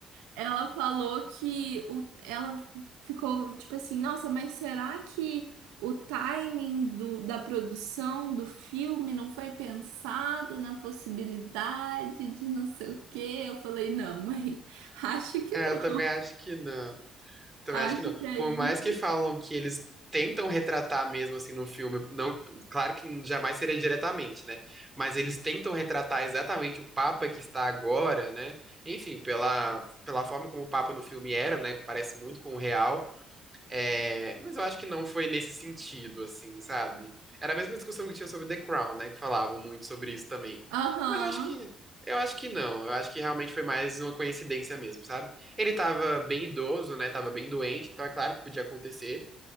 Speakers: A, on the right; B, on the right.
A: ela falou que o, ela ficou tipo assim, nossa, mas será que o timing do, da produção do filme não foi pensado na possibilidade de não sei o quê? Eu falei, não, mãe, <laughs> acho que
B: É,
A: não.
B: eu também acho que não. Também
A: Acho
B: acho que não.
A: que aí.
B: Por mais que falam que eles tentam retratar mesmo assim no filme, não, claro que jamais seria diretamente, né? Mas eles tentam retratar exatamente o Papa que está agora, né? Enfim, pela, pela forma como o Papa no filme era, né? Parece muito com o real. É, mas eu acho que não foi nesse sentido, assim, sabe? Era a mesma discussão que tinha sobre The Crown, né? Que falavam muito sobre isso também.
A: Aham.
B: Mas eu acho que. Eu acho que não. Eu acho que realmente foi mais uma coincidência mesmo, sabe? Ele tava bem idoso, né? Tava bem doente, então é claro que podia acontecer.